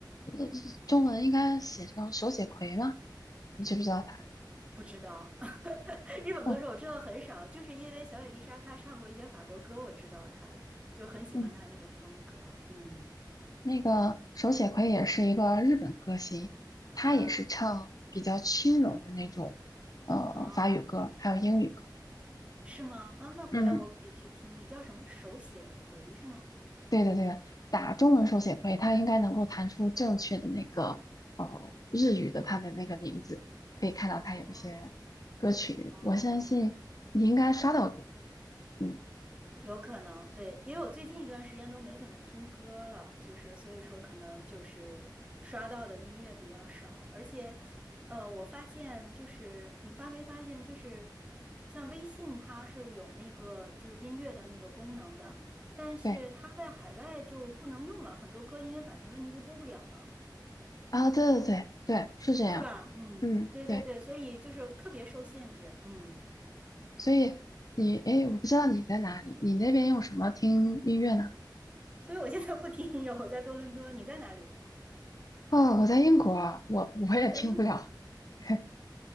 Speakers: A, on the left; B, on the right.
A: 呃中文应该写成手写葵吗？你知不知道他？
B: 不知道。<laughs> 日本歌手我知道很少，
A: 哦，
B: 就是因为小野丽莎她唱过一些法国歌，我知道她的，就很喜欢她那个风格。
A: 嗯，
B: 嗯
A: 那个手写葵也是一个日本歌星，他也是唱比较轻柔的那种，
B: 啊
A: 呃，
B: 哦，
A: 法语歌，还有英语歌。
B: 是吗？啊，那回来我可以去听听，
A: 嗯。
B: 叫什么手写葵是吗？
A: 对的，对的，打中文手写会，
B: 嗯，
A: 它应该能够弹出正确的那个呃日语的它的那个名字，可以看到它有一些歌曲，
B: 哦哦。
A: 我相信你应该刷到过。嗯，
B: 有可能，对，因为我最近一段时间都没怎么听歌了，就是所以说可能就是刷到的音乐比较少，而且，呃，我发现就是你发没发现，就是像微信它是有那个就是音乐的那个功能的，但是它在海外就不能用了，
A: 对
B: 很多歌因为版权问题就播不了了，
A: 啊，对对对对，是这样。
B: 是吧？嗯，
A: 嗯，
B: 对对对，
A: 对，
B: 所以就是特别受限制，嗯，
A: 所以你诶，我不知道你在哪里，你那边用什么听音乐呢？
B: 所以我现在不听音乐，我在多伦多，你在哪里？
A: 哦，我在英国啊，我我也听不了。
B: 嗯，在英国。
A: <laughs> 对，